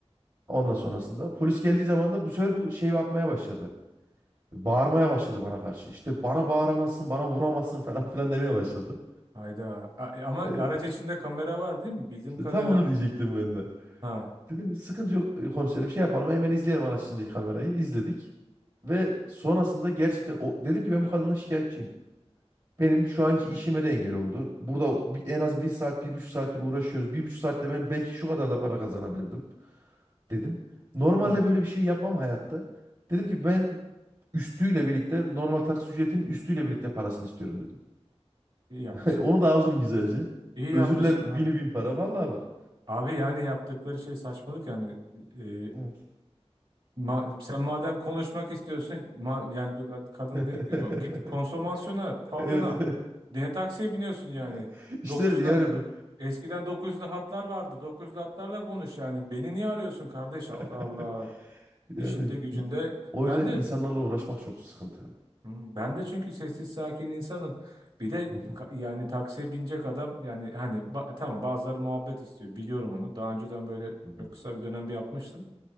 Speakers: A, on the right; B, on the right.
A: Ondan
B: Ha,
A: sonrasında polis geldiği zaman da bu sefer bu şey yapmaya başladı. Bağırmaya başladı bana karşı. İşte bana bağıramazsın, bana vuramazsın <laughs> falan filan demeye başladı.
B: hayda. A- e, ama
A: E,
B: araç içinde kamera var değil mi? Bildiğim
A: işte
B: kadarıyla.
A: tam onu diyecektim ben de.
B: Ha,
A: Dedim sıkıntı yok e, komiserim şey yapalım hemen izleyelim araç içindeki kamerayı. İzledik. Ve sonrasında gerçekten o, dedim ki ben bu kadından şikayetçiyim. Benim şu anki işime de engel oldu. Burada bir- en az bir saat, bir buçuk saattir uğraşıyoruz. Bir buçuk saatte ben belki şu kadar da para kazanabilirdim dedim. Normalde
B: ha.
A: böyle bir şey yapmam hayatta. Dedim ki ben üstüyle birlikte normal taksi ücretinin üstüyle birlikte parasını istiyorum dedim.
B: İyi yapmışsın.
A: <laughs> Onu da aldım güzelce.
B: İyi yapmışsın
A: Özürler
B: abi.
A: bini bin para. Vallahi bak.
B: Abi yani yaptıkları şey saçmalık yani. E,
A: Evet.
B: ma- sen madem konuşmak istiyorsun ma- yani bu kad- kadın ne
A: <laughs>
B: ki "O, git konsomasyona, pavyona.
A: Evet.
B: Ne taksiye biniyorsun yani?
A: <laughs> İşte
B: 9'la.
A: yani bu.
B: Eskiden 9'lu hatlar vardı. 9'lu hatlarla konuş yani. Beni niye arıyorsun kardeş?
A: <laughs>
B: Allah Allah.
A: Yani
B: İşinde gücünde.
A: i- o
B: Ben
A: yüzden
B: de
A: insanlarla uğraşmak çok sıkıntı.
B: Hmm, Ben de çünkü sessiz sakin insanım. Bir de
A: Hı hı,
B: ka- yani taksiye binecek adam yani hani ba- tamam bazıları muhabbet istiyor biliyorum onu. Daha önceden böyle
A: hı hı.
B: çok kısa bir dönem bir yapmıştım.